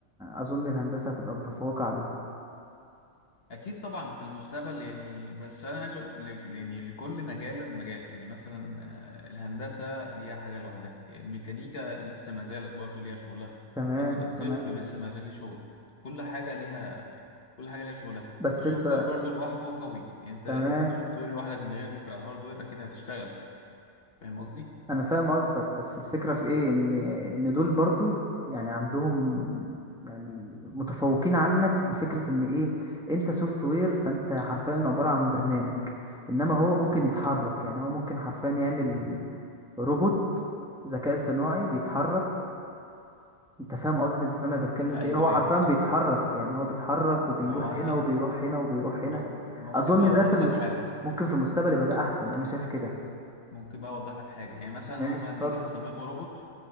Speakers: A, in the centre; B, on the left.
A: اظن الهندسه هتبقى متفوقه عليه
B: أكيد طبعا في المستقبل يعني بس أنا عايز أقول ل- يعني لكل مجال مجال يعني مثلا آه، الهندسة ليها حاجة لوحدها يعني الميكانيكا لسه ما زالت برضه ليها شغلها
A: تمام
B: ال- الطب
A: تمام
B: لسه ما زال ليه شغل كل حاجة ليها كل حاجة ليها شغلها
A: بس
B: السوفت
A: انت
B: وير برضه لوحده قوي يعني أنت
A: تمام
B: كسوفت وير لوحدك من غير هارد وير أكيد هتشتغل فاهم قصدي؟
A: انا فاهم قصدك بس الفكره في ايه ان ان دول برضو يعني عندهم يعني متفوقين عنك بفكره ان ايه انت سوفت وير فانت حرفيا عباره عن برنامج انما هو ممكن
B: مم.
A: يتحرك يعني هو ممكن حرفيا يعمل روبوت ذكاء اصطناعي بيتحرك انت فاهم قصدي انت فاهم انا بتكلم
B: ايوه
A: في ايه هو
B: ايوه
A: حرفيا بيتحرك يعني هو بيتحرك وبيروح
B: ما هو انا
A: هنا وبيروح هنا وبيروح
B: مم-
A: هنا
B: ممكن
A: اظن
B: بقى اوضح
A: ده في المست...
B: لك حاجه
A: ممكن في المستقبل يبقى ده احسن انا شايف كده
B: ممكن بقى اوضح لك حاجه يعني مثلا
A: ماشي
B: هم لما
A: اتفضل
B: يجوا هيصمموا روبوت